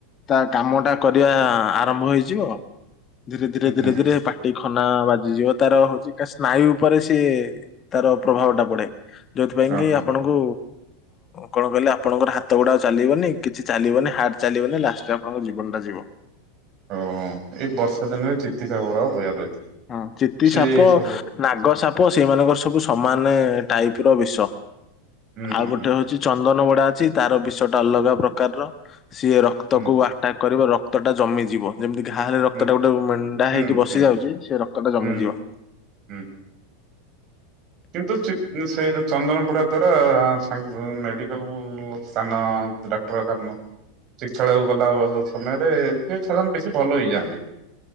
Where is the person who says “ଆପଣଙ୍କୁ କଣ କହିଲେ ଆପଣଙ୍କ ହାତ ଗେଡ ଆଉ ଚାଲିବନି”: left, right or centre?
Left